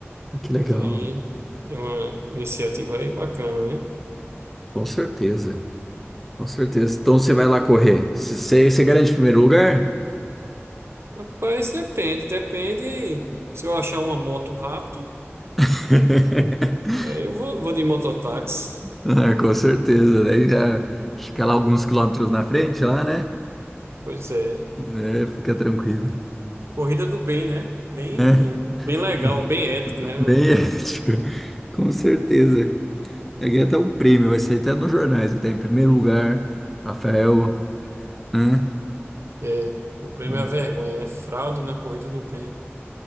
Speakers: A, in the centre; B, on the right (about 65°).
A: que legal,
B: Aí é uma iniciativa aí bacana, né?
A: com certeza, com certeza. Então você vai lá correr. Você garante o primeiro lugar?
B: Rapaz, depende, depende. Se eu achar uma moto rápido,
A: <laughs>
B: aí eu vou, vou de mototáxi.
A: Ah, com certeza, daí já fica lá alguns quilômetros na frente lá, né?
B: Pois é.
A: É, fica tranquilo.
B: Corrida do bem, né? Bem,
A: né?
B: bem legal,
A: <laughs>
B: bem ético, né? O,
A: Bem ético, com certeza. Ganhei até o prêmio, vai sair até nos jornais, até em primeiro lugar, Rafael, né?
B: é, o prêmio
A: Hum,
B: é a vergonha, é fraude na corrida do bem.